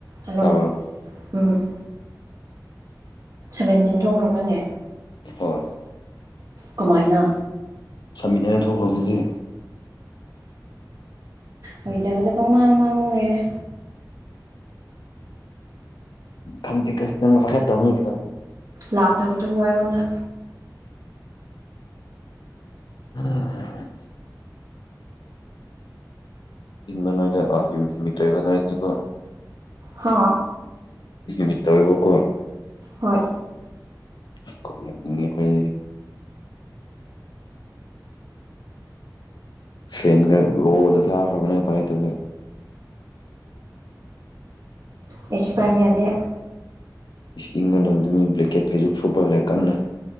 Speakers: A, on the right; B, on the left.
A: ꯍꯜꯂꯣ
B: ꯇꯥꯕ꯭ꯔꯣ
A: ꯎꯝ ꯁꯚꯦꯟꯇꯤꯟ ꯊꯣꯛꯈ꯭ꯔꯕꯅꯦ
B: ꯍꯣꯏ
A: ꯀꯃꯥꯏꯅ
B: ꯁꯃꯤꯠ ꯍꯥꯏꯅ ꯊꯣꯛꯈ꯭ꯔꯕꯗꯨꯗꯤ
A: ꯑꯣꯏꯗꯕꯗ ꯃꯣꯡꯃꯥꯡ ꯃꯥꯡ ꯂꯩꯔꯦ
B: ꯈꯪ ꯐꯦ ꯇꯗ
A: ꯂꯥꯛꯇꯕꯗꯨꯕꯨ ꯑꯩꯉꯣꯟꯗ
B: ꯑꯝ ꯏꯤꯟ ꯃ ꯅꯗ ꯑꯀꯤ ꯃꯤꯇꯣꯏꯕꯅꯥꯏ ꯊꯀꯣ
A: ꯍꯥ
B: ꯃꯤꯠꯇꯋꯕꯣ ꯀꯣ
A: ꯍꯣꯏ
B: ꯑꯩꯈꯉ ꯑꯩꯈꯣꯏ ꯐꯦꯟꯒ ꯔꯣꯗ ꯊ ꯀ ꯄꯔꯦ ꯇ
A: ꯑꯦꯁꯤ ꯄꯥꯏꯕꯤ ꯌꯥꯗꯦ
B: ꯏꯪꯉꯅꯦ ꯑꯗꯨ ꯃꯤ ꯕ꯭ꯂꯦꯛꯀꯦꯠ ꯐꯩꯁꯨ ꯐꯨꯕꯜꯂꯦ ꯀꯟꯅ